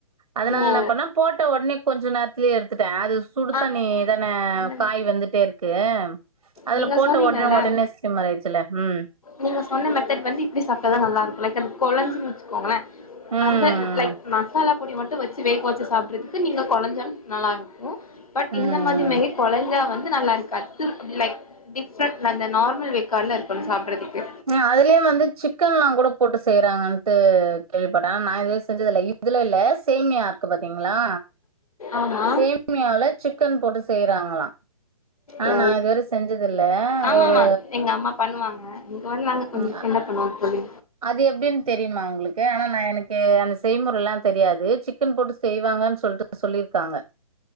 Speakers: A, on the right; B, on the left.
A: அதனால
B: ஓ
A: என்ன பண்ணா போட்ட உடனே கொஞ்ச நேரத்துலேய எத்துட்ட அது
B: ஆ
A: சுடுதனி இதானே
B: அந்த
A: காய்
B: மா
A: வெந்துட்டே இருக்கு அதுல
B: நீங்க
A: போட்ட
B: சொன்னீங்கல்ல
A: உடனே உடனே ஸ்லிம் ஆயிச்சல ம்
B: நீங்க சொன்ன மெத்தட் வந்து இப்படி சாப்பிட்டதா நல்லா இருக்கும் லைக் அது குழஞ்சு வச்சுகொங்கள
A: ம்
B: அந்த லைக் மசாலா பொடி மட்டும் வச்சு வேக்க வச்சு சாப்பிறதுக்கு நீங்க கொலஞ்லும் நல்லா பட்
A: ம்
B: இந்த மாதிரி மேகி கொளஞ்ச வந்து நல்லா இருக்காது லைக் டிஃப்ரெண்டட் அந்த நார்மல் வேக்காடுல இருக்கனு சாப்பிடறதுக்கு
A: ஆ அதுலயே வந்து சிக்கன் எல்லா கூட போட்டு செய்யறாங்கட்டு கேள்விப்பட்டா ஆனா நா இது வரைக்கு செஞ்சுதுல இல்ல இல்ல சேமியா இருக்கு பாத்தீங்களா
B: ஆமா
A: சேமியால சிக்கன் போட்டு செய்யறாங்களா ஆ
B: ஓ
A: நா இதுவரை செஞ்சதுல்ல
B: ஆமாமா
A: ஒரு
B: எங்க அம்மா பண்ணுவாங்க இங்கே வந்து நாங்க கொஞ்ச
A: ம்
B: டிஃபிரண்டா பண்ணுவோ தோழி
A: அது எப்படின்னு தெரியுமா உங்களுக்கு ஆனா நா எனக்கு அந்த செய்முற எல்லா தெரியாது சிக்கன் போட்டு செய்வாங்கன்னு சொல்லிட்டு சொல்லியிருக்காங்க